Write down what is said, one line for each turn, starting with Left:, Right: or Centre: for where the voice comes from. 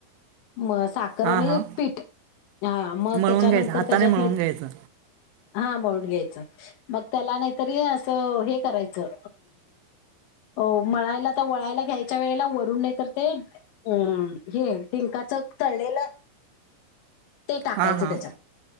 Left: मग साखर
Right: हां
Left: आणि
Right: हां हां
Left: पीठ हा मग
Right: मळून
Left: त्याच्यानंतर
Right: घ्यायचं हाताने
Left: त्याच्यात
Right: मळून
Left: नाही.
Right: घ्यायचं
Left: हा मळून घ्यायचं मग त्याला नाहीतर असं हे करायचं. हो मळायला तर वळायला घ्यायचं. च्या वेळेला वरून नाही तर ते अ. हे डिंकाच तळलेलं ते टाकायचं
Right: हां हां
Left: त्याच्यात.